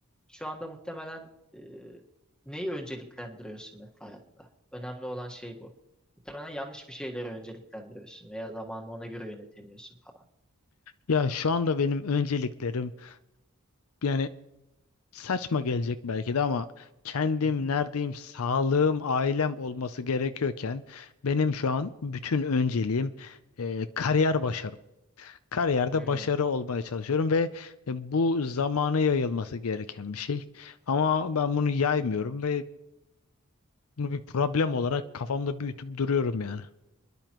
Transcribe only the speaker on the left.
Ya şu anda benim önceliklerim yani saçma gelecek belki de ama kendim
neredeyim, sağlığım, ailem olması gerekiyorken benim şu
an bütün önceliğim e, kariyer başarım. Kariyerde
başarı olmaya çalışıyorum ve e, bu zamanı yayılması gereken bir şey. Ama ben bunu yaymıyorum ve bunu bir problem olarak kafamda büyütüp duruyorum yani.